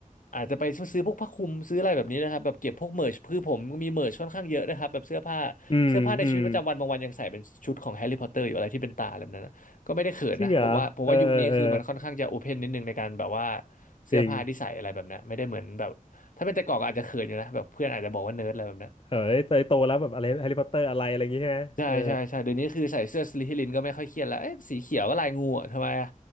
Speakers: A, on the left (about 70°); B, on the left (about 40°).
A: อาจจะไปซื้อพวกผ้าคลุมซื้ออะไรแบบนี้นะครับแบบเก็บพวกเมิร์ชคือผมมีเมิร์ชค่อนข้างเยอะนะครับแบบเสื้อผ้า
B: อืมอืม
A: เสื้อผ้าในชีวิตประจำวันบางวันยังใส่เป็นชุดของแฮร์รี่พอตเตอร์อยู่อะไรที่เป็นตาอะไรแบบนั้นนะก็ไม่ได้เขินนะผมว่าผมว่ายุคนี้คือมันค่อนข้างจะโอเพนนิดนึงในการแบบว่า
B: จริงเหรอเออเออเออ
A: เสื้อผ้าที่ใส่อะไรแบบนั้นไม่ได้เหมือนแบบถ้าเป็นแต่ก่อนก็อาจจะเขินอยู่นะแบบเพื่อนอาจจะบอกว่าเนิร์ดอะไรแบบนั้น
B: จริงเออเอ้ยโตโตแล้วแบบอะไรแฮร์รี่พอตเตอร์อะไรอะไรอย่างงี้ฮะเออ
A: ใช่ใช่ใช่เดี๋ยวนี้คือใส่เสื้อสลิธีรินก็ไม่ค่อยเครียดแล้วเอ๊ะสีเขียวก็ลายงูอะทำไมอะ